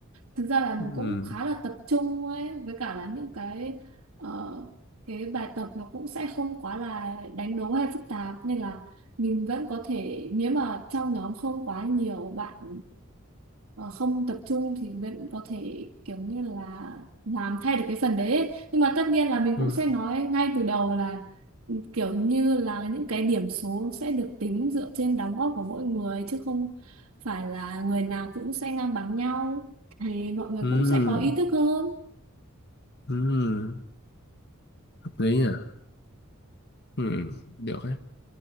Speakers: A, on the right (about 80°); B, on the left (about 55°).
A: Thực ra là mình
B: ừ
A: cũng khá là tập trung ấy với cả là những cái ờ, cái bài tập nó cũng sẽ không quá là đánh đố hay phức tạp nên là mình vẫn có thể nếu mà trong nhóm không quá nhiều bạn ờ, không tập trung thì vẫn có thể kiểu như là làm thay được cái phần đấy ấy. Nhưng mà tất nhiên là mình cũng
B: ừ
A: sẽ nói ngay từ đầu là kiểu như là những cái điểm số sẽ được tính dựa trên đóng góp của mỗi người chứ không phải là người nào cũng sẽ ngang bằng nhau thì mọi người
B: ừ
A: cũng sẽ có ý thức hơn
B: ừ hợp lý à ừ được đấy